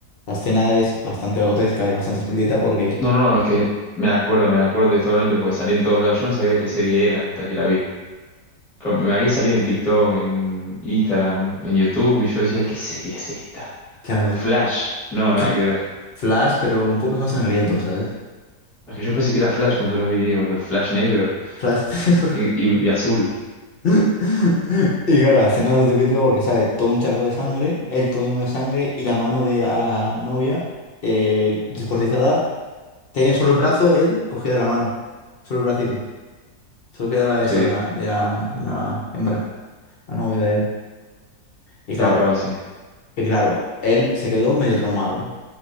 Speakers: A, on the left; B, in the centre.
A: La escena es bastante grotesca y bastante explícita porque,
B: No, no, es que me acuerdo, me acuerdo totalmente porque salí en todos lados. Yo no sabía qué serie era hasta que la vi. Claro, Me había salido en TikTok, en Instagram, en YouTube y yo decía, ¿qué serie es esta?
A: claro,
B: Flash. No, nada
A: cl-
B: que ver.
A: Flash, pero un poco más sangriento, ¿sabes?
B: Es que yo pensé que era Flash cuando lo vi, digo, Flash negro.
A: Flash negro.
B: Y, y- y azul,
A: <laughs> Y claro, la escena es bastante explícita porque, ¿sabes? Todo un charco de sangre, el todo lleno de sangre y la mano de la novia eh, descuartizada. Tenía solo el brazo, él cogía de la mano. Solo el bracito. Solo quedaba
B: sí,
A: eso de la, de la, de la hembra, la novia de él. Y claro,
B: claro, claro, sí,
A: y claro, él se quedó medio traumado.